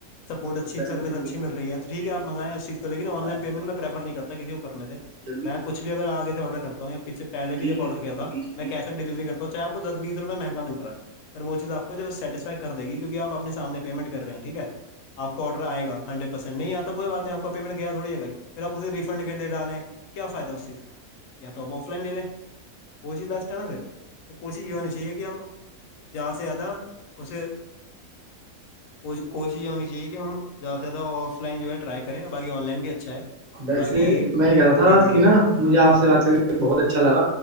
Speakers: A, on the left; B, on the right.
A: سپورٹ اچھی
B: دس
A: سروس
B: دس منٹ
A: اچھی
B: کی کرانی
A: م رہ
B: یہاں
A: ہے
B: پر
A: تو ٹھیک آپنگائیں اس چی کو لیکن آن
B: چار
A: لائن
B: ٹائم
A: پیمنٹ
B: لے رہے
A: میںریفر
B: ہیں
A: نہیں کرتاسی کو کرنے سے
B: جلدی
A: میں
B: کرو
A: کچھ بھی اگر آگے آرڈر کرتا ہوں یا پچھ پہل بھی
B: تین
A: جب
B: ہی کرنی
A: آرڈر
B: پڑیں
A: کیا تھا
B: گی بیچ
A: میں
B: بیچ
A: کیش آن ڈلیوری کرتا ہوں چ آپ دس بیس روپئے مہنگال رہ ہے اور وہ چیز آ کو جو سیٹسفائی کر دے گی کیونکہ آپ اپنے سامنے پیمنٹ کر رہے ہیں ٹھیک ہے آپ آرڈر آئے گا ہنریڈ پرسین نہیں آ تو کوئی ب نہیں آپ پیمنٹ کیا تھوڑی بھا ہی پھر آپ اسے ریفنڈ کے لیے ڈالیں کیا فائدہ اس چیز کا یا تو آپ آف لائن لے لیں وہ چیز بیسٹ ہے نا پھر تو کوشش یہ ہونی چاہیے کہ ہم زیادہ سے زیادہ اسے کو کوش یہ ہونی چاہے کہ ہم زیادہ سے زدہ آف لائن جو ہے ٹرائی کریں باقی آن لائن بھی اچھا ہے
B: ویسے
A: باقی
B: میں گا تھا
A: جی جی
B: کہ نا مجھے آ سے بات کر کے بہت اچھا لگ